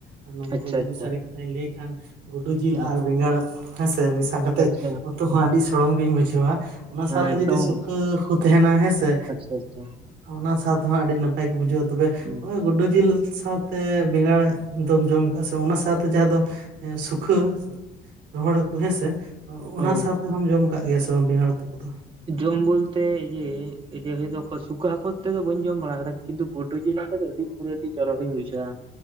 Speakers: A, on the right; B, on the right.
A: ᱟᱨ ᱱᱚᱱᱛᱮ
B: ᱟᱪᱪᱷᱟ
A: ᱡᱩᱫᱤ
B: ᱟᱪᱪᱷᱟ
A: ᱥᱟᱹᱨᱤ ᱠᱟᱛᱷᱟᱼᱼ ᱞᱟᱹᱭ ᱠᱷᱟᱱ ᱜᱩᱰᱩ ᱡᱤᱞ
B: ᱦᱩᱸ
A: ᱟᱨ ᱵᱮᱸᱜᱟᱲ ᱦᱮᱸᱥᱮ ᱢᱮᱥᱟ ᱠᱟᱛᱮᱫ
B: ᱟᱪᱪᱷᱟ
A: ᱩᱛᱩ ᱦᱚᱸ ᱟᱹᱰᱤᱼᱼ ᱫᱚᱢ ᱜᱤᱧ ᱵᱩᱡᱷᱟᱹᱣᱟ ᱚᱱᱟ
B: ᱦᱮᱸ
A: ᱥᱟᱶᱛᱮ
B: ᱮᱠᱫᱚᱢ
A: ᱡᱩᱫᱤ ᱥᱩᱠᱟᱹ ᱠᱚ ᱛᱟᱦᱮᱱᱟ ᱦᱮᱸᱥᱮᱼᱼ
B: ᱟᱪᱪᱷᱟ ᱟᱪᱪᱷᱟ
A: ᱚᱱᱟ ᱥᱟᱶ ᱛᱮᱦᱚᱸ ᱟᱹᱰᱤ ᱱᱟᱯᱟᱭ ᱜᱮ ᱵᱩᱡᱷᱟᱹᱜᱼᱟ ᱛᱚᱵᱮᱼᱼ
B: ᱦᱩᱸ
A: ᱱᱚᱜᱼᱚᱭ ᱜᱩᱰᱩ ᱡᱤᱞ ᱥᱟᱶᱛᱮ ᱵᱮᱸᱜᱟᱲ ᱫᱚᱢ ᱡᱚᱢ ᱟᱠᱟᱜ ᱥᱮ, ᱚᱱᱟ ᱥᱟᱶᱛᱮ ᱡᱟᱦᱟᱸ ᱫᱚ ᱮ ᱥᱩᱠᱷᱟᱹ ᱾ ᱨᱚᱦᱚᱲ ᱦᱟᱠᱩ ᱦᱮᱸᱥᱮ,
B: ᱚ
A: ᱚᱱᱟ ᱥᱟᱶᱛᱮ ᱦᱚᱢ ᱡᱚᱢ ᱠᱟᱜ ᱜᱮᱭᱟ ᱥᱮ ᱵᱟᱝ ᱵᱮᱸᱜᱟᱲ ᱩᱛᱩ ᱠᱚ ᱫᱚ?
B: ᱡᱚᱢ ᱵᱚᱞᱛᱮ ᱤᱭᱮ ᱡᱮ ᱦᱚᱭ <unintelligible> ᱥᱩᱠᱟᱹ ᱦᱟᱹᱠᱚ ᱛᱮ ᱫᱚ ᱵᱟᱹᱧ ᱡᱚᱢ ᱵᱟᱲᱟ ᱠᱟᱫᱟ ᱠᱤᱱᱛᱩ ᱜᱳᱰᱩ ᱡᱮᱞ ᱟᱛᱮ ᱫᱚ ᱟᱹᱰᱤ ᱯᱩᱨᱟᱹ ᱟᱹᱰᱤ ᱪᱚᱨᱚᱠᱤᱧ ᱵᱩᱡᱷᱣᱟ ᱾